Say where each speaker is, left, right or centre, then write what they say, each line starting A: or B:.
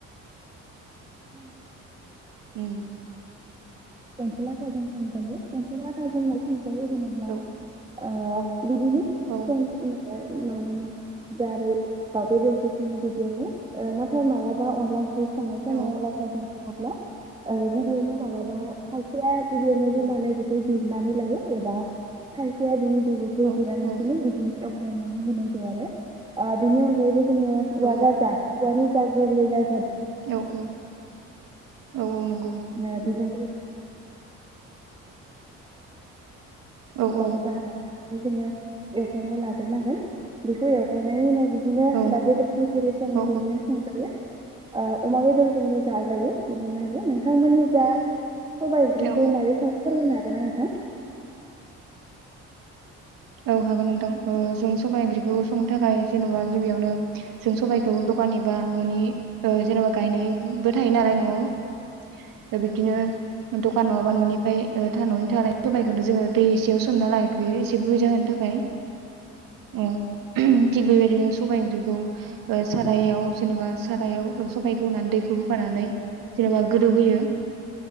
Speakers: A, on the right (about 15°); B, on the right (about 70°).
A: <inaudible> <inaudible> <inaudible>
B: उम
A: संजायो एम्फौ लाथा सं जायो होनो‍ब्ला
B: औ
A: ओ बिदिनो
B: औ
A: सं उम माबाय उम माने दारै दाउदै <inaudible> ओ नाथाय मालाबा अनला ओ संनाय समय
B: औ
A: ला सङोब्ला ओ गिबियावनो मालाबा खायसेया <inaudible> बे खौ जिरनानै लायो एबा खसेया बि <inaudible> जुदि
B: औ औ
A: <inaudible> बिनि अनगायैबो जोङो उवा
B: औ
A: गाजा उवानि जा गोरलै जा
B: औ औ। औ औ नंगौ।
A: <unintelligible> <unintelligible> जाङै हाना गोबा
B: औ औ
A: गोबा हाना जा नै जोङो एवफ्रामना लाग्रोनांगोन बेखौ एवग्रोनायनि उनाव बि दिनो
B: औ
A: दाउ बेदरखौ जेरै सङो
B: औ
A: बिदिनो संजायो। ओ अमा बेदरजोंनो जाजायो। बिदिनो आरो नों जा सबाय ओंख्रिखौ
B: औ
A: मारै संङो फोरमायनो हा जोना नोथा।
B: औ हागोन नोंथां ओ
A: ना?
B: जों सबाइ ओंख्रिखौ संनो थाखाय जेन'बा गिबियावनो जों सबाइखौ द'खान एबा न'नि ओ जेन'बा गायनायबो थायो नालाय न'आव। दा बिबदिनो द'खान नङाबा न'निफाय ओ था-न'नि थानाय सबायखौनो जोङो दै इसेयाव सोमना लाायग्रोयो एसे गुरै जाहोनो थाखाय। ओम। थिग बेबायदिनो सबाइ ओंख्रिखौ ओ सारायाव जेनबा सारायाव सबाइखौ होनानै दैखौ होफानानै जेनबा गोदौ होयो